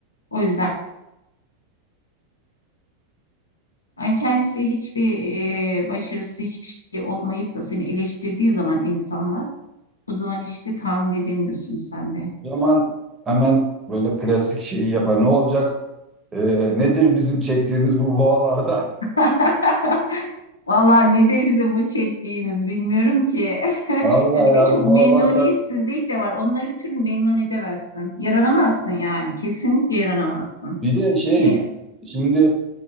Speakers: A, on the left; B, on the right.
A: O yüzden Yani kendisi hiçbir e, başarısı hiçbir şey olmayıp da seni eleştirdiği zaman insanlar o zaman işte tahammül edemiyorsun sen de.
B: O zaman hemen böyle klasik şeyi yapar. Ne olacak? Ee, nedir bizim çektiğimiz bu boğalardan?
A: <laughs> Vallahi nedir bizim bu çektiğimiz bilmiyorum ki.
B: <laughs>
A: <laughs>
B: Vallahi
A: Ya bir de
B: ya
A: çok
B: bu boğalardan.
A: memnuniyetsizlik de var. Onları bir türlü memnun edemezsin. Yaranamazsın yani. Kesinlikle yaranamazsın.
B: Bir de şey
A: Ne?
B: şimdi